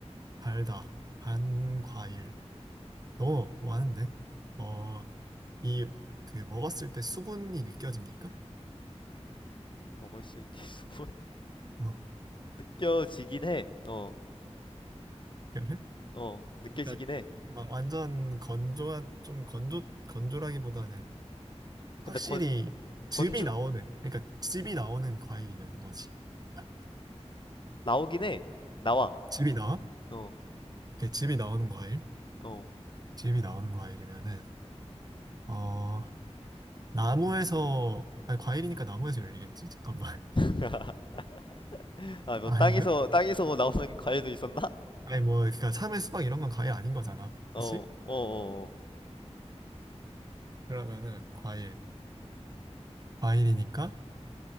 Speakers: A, on the right (about 35°); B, on the left (about 45°).
A: 달다. 반 과일. 너무 많은데? 어, 이, 그, 먹었을 때 수분이 느껴집니까?
B: 먹을 수 있대, 수분.
A: 어,
B: 느껴지긴 해. 어,
A: 그래?
B: 어, 느껴지긴
A: 그러니까
B: 해.
A: 막 완전 건조한 좀 건조 건조라기보다는
B: 아, 근데
A: 확실히
B: 건,
A: 즙이
B: 건주,
A: 나오는 그러니까 즙이 나오는 과일이냐는 거지. 아,
B: 나오긴 해. 나와.
A: 즙이 나와?
B: 어,
A: 이렇게 즙이 나오는 과일?
B: 어.
A: 즙이 나오는 과일이면은 어 나무에서 아니 과일이니까 나무에서 열리겠지? 잠깐만
B: <laughs> 아, 뭐,
A: <laughs> 아닌가?
B: 땅에서, 땅에서 뭐 나오는 과일도 있었나?
A: 아니 뭐 그러니까 참외 수박 이런 건 과일 아닌 거잖아.
B: 어,
A: 그렇지?
B: 어, 어, 어.
A: 그러면은 과일 과일이니까